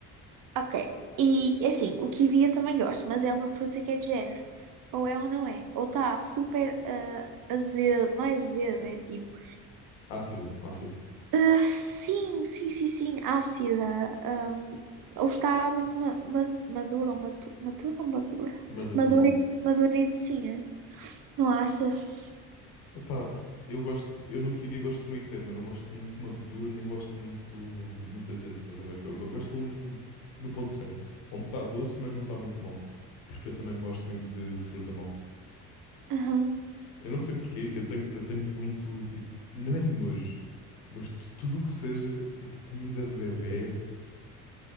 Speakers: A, on the right; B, on the left.
A: Ok. E assim, o kiwi eu também gosto, mas é uma fruta que é de género. Ou é ou não é. Ou está super ah, azedo. Não é azedo, é tipo.
B: Ácida, ácida.
A: ah, sim, sim, sim, sim, ácida. ahm, ou está muito ma ma- madura ou matu matura ou madura?
B: maduro
A: Madura,
B: maduro
A: e- madura e docinha. Não achas?
B: Epá, eu gosto, eu no kiwi gosto do meio termo, eu não gosto muito maduro, nem gosto muito, muito azedo, estás a ver? go- Gosto ali no, no ponto certo, onde está doce, mas não está muito mal, porque eu também não gosto muito de, de fruta mal.
A: Aham.
B: Eu não sei porquê, eu tenho, eu tenho muito, tipo, não é nojo, mas tu- tudo o que seja, tipo, comida de bebé,